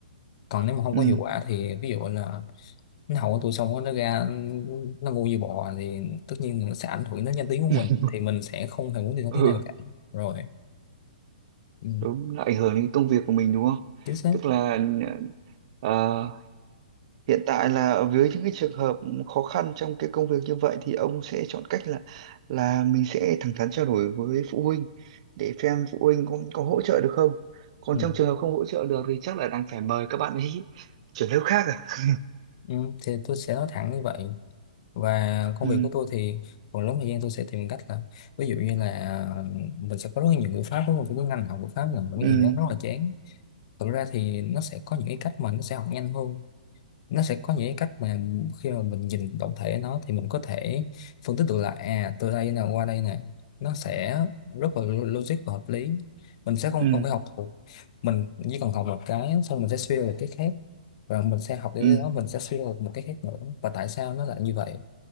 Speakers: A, on the left (about 50°); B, on the right (about 50°).
A: còn nếu mà không
B: ừ
A: có hiệu quả thì ví dụ là nó học của tôi xong rồi nó ra nó ngu như bò thì tất nhiên là sẽ ảnh hưởng đến danh tiếng
B: <laughs>
A: của mình thì mình sẽ không hề muốn điều đó
B: ừ
A: tí nào cả rồi ừ,
B: đúng nó ảnh hưởng đến công việc của mình đúng không
A: chính xác
B: tức là ờ, Hiện tại là ở dưới những cái trường hợp khó khăn trong cái công việc như vậy thì ông sẽ chọn cách là là mình sẽ thẳng thắn trao đổi với phụ huynh để xem phụ huynh có, có hỗ trợ được không. Còn
A: ừ.
B: trong trường hợp không hỗ trợ được thì chắc là đang phải mời các bạn ấy <laughs> chuyển lớp khác à.
A: Ừ, thì tôi sẽ nói thẳng như vậy và công
B: Ừ,
A: việc của tôi thì phần lớn thời gian tôi sẽ tìm cách là ví dụ như là ờ, mình sẽ có rất là nhiều ngữ pháp đúng không? Tôi Cái ngành học ngữ pháp là một cái
B: ừ,
A: gì đó rất là chán. Thực ra thì nó sẽ có những cái cách mà nó sẽ học nhanh hơn. Nó sẽ có những cái cách mà khi mà mình nhìn tổng thể nó thì mình có thể phân tích được là à từ đây nè qua đây nè nó sẽ rất là logic và hợp lý. Mình sẽ không
B: ừ,
A: cần phải học thuộc. Mình chỉ cần học một cái xong mình sẽ suy ra được cái khác và mình sẽ học đến
B: ừ.
A: đó mình sẽ suy ra được một cái khác nữa và tại sao nó lại như vậy